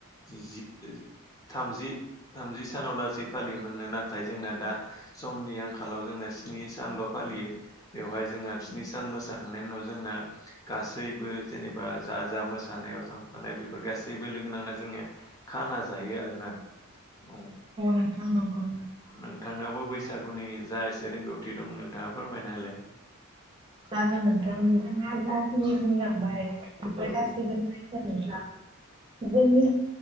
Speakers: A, on the left; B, on the right.
A: जि थामजि थामजि सानाव लासै फालियोमोननो नाथाय जोंना दा समनि आंखालाव जोंना स्नि सानल' फालियो बेवहाय जोंहा बिनि सान मोसाखांनायनि उनाव जोंना गासैबो जेनेबा जा जा मोसानायाव थांफानाय बेफोर गासैबो लोगो नांना जोंनिया खाना जायो आरो ना औ
B: नोंथां नंगौ
A: नोंथांनावबो बैसागुनि जा एसे रोंगौ दं नोंथाङा फोरमायनाय होलाय
B: जागोन नोंथां नोंथाङा जाखिनि बुंलांबाय बेफोर
A: औ
B: गासैबो जा जोंनि